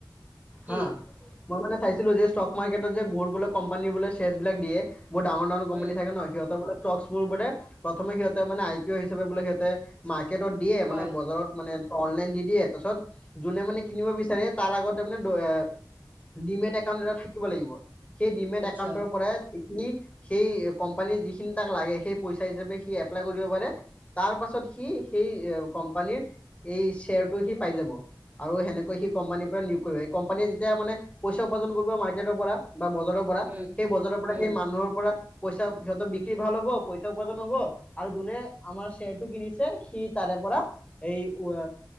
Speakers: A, on the right (about 20°); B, on the left (about 15°).
A: কি
B: হা মই মানে চাইছিলো যে ষ্টক মাৰ্কেটত যে বহুত বোলে কোম্পানী বোলে শেয়ছ বিলাক দিয়ে বহু ডাঙৰ ডাঙৰ কোম্পানী
A: উম
B: সিহঁতৰ ষ্টকবোৰ <unintelligible> মানে ই পি অ' হিচাপে বোলে সিহঁতে মাৰ্কটত দিয়ে
A: হয়
B: মানে বজাৰত মানে অনলন দি দিয়ে তাৰিছত। যোনে মানে কিনিব বিচ তাৰ আগত তাৰ মমানে এ ডিমেট একাউণ্ট এটা থাকিব লাগিব সেই ডিমেট
A: আচ্ছা
B: একাউণ্টৰ পৰা যিখিনি সেই কোম্পানীৰ যিখিনি তাক লাগে সেই পইচা হিচাপে সি এপ্লাই কৰিব পাৰে তাৰ পাছত কি সেই কোম্পানীত এই ছেয়াৰটো সি পাইজাব। আৰু সেনেকৈ সি কোম্পানীৰ পৰা নিয়োগ কৰিব এই কোম্পানীয়ে যেতিয়া মানে পইচা উপাৰ্জন কৰিব মাৰ্কেটৰ পৰা বা বজাৰৰ পৰা
A: উম
B: সেই বজাৰৰ পৰা
A: উম
B: সেই মানুহৰ পৰা। পইচা সিহঁতৰ বিক্ৰী ভাল হব পইচা উপাৰ্জন হব। আৰু জুনে আমাৰ চেৰটো কিনিছে সি তাৰে পৰা এই উ।